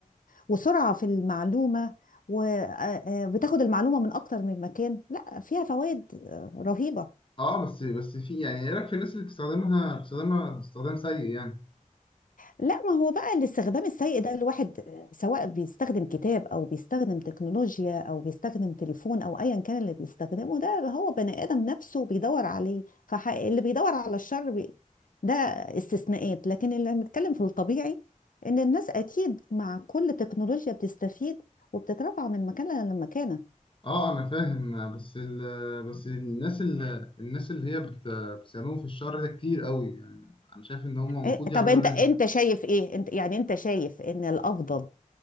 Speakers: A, on the left (about 80°); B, on the left (about 40°).
A: وسرعة في المعلومة وبتاخد المعلومة من اكتر من مكان لا فيها فوائد آه، رهيبة
B: اه بس بس في يعني ايه رايك في الناس اللي بتستخدمها بتستخدمها استخدام سيء يعني
A: لا ما هو بقى الاستخدام السيء ده الواحد آه، سواء بيستخدم كتاب او بيستخدم تكنولوجيا او بيستخدم تليفون او ايا كان اللي بيستخدمه ده اللي هو بني ادم نفسه بيدور عليه فاللي بيدور على الشر بي... ده استثناءات لكن اللي بنتكلم في الطبيعي ان الناس اكيد مع كل تكنولوجيا بتستفيد وبتترفع من مكانها لمكانها
B: اه انا فاهم بس ال بس الناس اللي الناس اللي هي بت- بتستخدمهم في الشر ده كتير قوي يعني انا شايف ان هم المفروض
A: إيه، طب
B: يعملوا
A: انت
B: ليميت
A: انت شايف ايه انت يعني انت شايف ان الافضل